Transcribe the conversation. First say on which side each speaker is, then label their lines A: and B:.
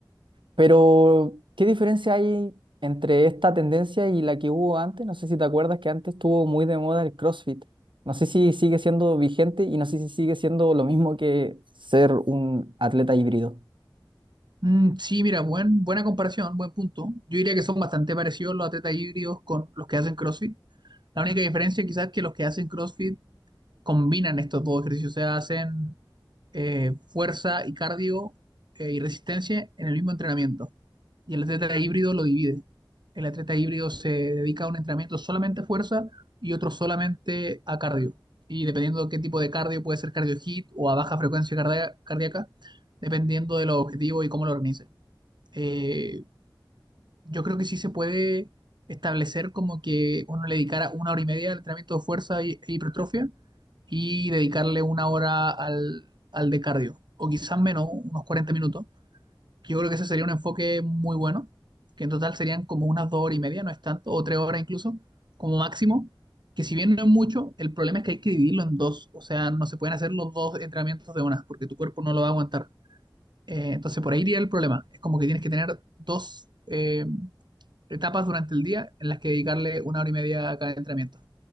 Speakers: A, on the right (about 85°); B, on the right (about 65°).
A: Pero, ¿qué diferencia hay entre esta tendencia y la que hubo antes? No sé si te acuerdas que antes estuvo muy de moda el CrossFit. No sé si sigue siendo vigente y no sé si sigue siendo lo mismo que ser un atleta híbrido.
B: Mm, sí, mira, buen, buena comparación, buen punto. Yo diría que son bastante parecidos los atletas híbridos con los que hacen CrossFit. La única diferencia quizás es que los que hacen CrossFit combinan estos dos ejercicios, o sea, hacen eh, fuerza y cardio eh, y resistencia en el mismo entrenamiento. Y el atleta híbrido lo divide. El atleta híbrido se dedica a un entrenamiento solamente a fuerza y otro solamente a cardio. Y dependiendo de qué tipo de cardio, puede ser cardio hit o a baja frecuencia cardia- cardíaca, dependiendo de los objetivos y cómo lo organice. Eh, yo creo que sí se puede establecer como que uno le dedicara una hora y media al entrenamiento de fuerza y- e hipertrofia y dedicarle una hora al, al de cardio, o quizás menos, unos 40 minutos. Yo creo que ese sería un enfoque muy bueno, que en total serían como unas dos horas y media, no es tanto, o tres horas incluso, como máximo, que si bien no es mucho, el problema es que hay que dividirlo en dos, o sea, no se pueden hacer los dos entrenamientos de una, porque tu cuerpo no lo va a aguantar. Eh, entonces por ahí iría el problema, es como que tienes que tener dos... eh, etapas durante el día en las que dedicarle una hora y media a cada entrenamiento.